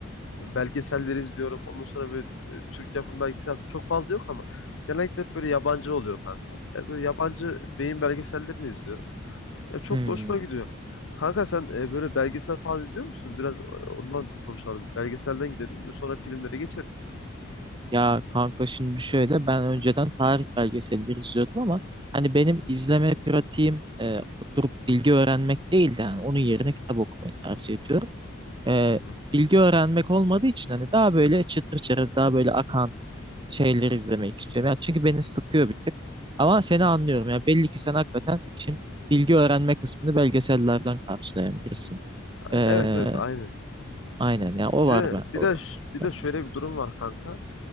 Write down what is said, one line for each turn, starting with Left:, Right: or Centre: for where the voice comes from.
Left: belgeselleri izliyorum. Ondan sonra böyle e, Türk yapım belgesel çok fazla yok ama genellikle hep böyle yabancı oluyor kanka. Ya böyle yabancı beyin belgesellerini izliyorum. Ya çok
Right: Hmm.
Left: da hoşuma gidiyor. Kanka sen e, böyle belgesel falan izliyor musun? Biraz e, ondan konuşalım. Belgeselden gidelim. Sonra filmlere geçeriz.
Right: Ya kanka şimdi şöyle ben önceden tarih belgeselleri izliyordum ama hani benim izleme pratiğim e, oturup bilgi öğrenmek değildi. Yani onun yerine kitap okumayı tercih ediyorum. E,
Left: Hı hı.
Right: bilgi öğrenmek olmadığı için hani daha böyle çıtır çerez daha böyle akan şeyleri izlemek istiyorum. Yani çünkü beni sıkıyor bir tık. Ama seni anlıyorum. ya belli ki sen hakikaten şimdi bilgi öğrenme kısmını belgesellerden karşılayan birisin. E,
Left: Evet evet aynen.
Right: aynen ya o var
Left: Bir de
Right: bende
Left: bir
Right: onun
Left: de ş-
Right: dışında.
Left: bir de şöyle bir durum var kanka.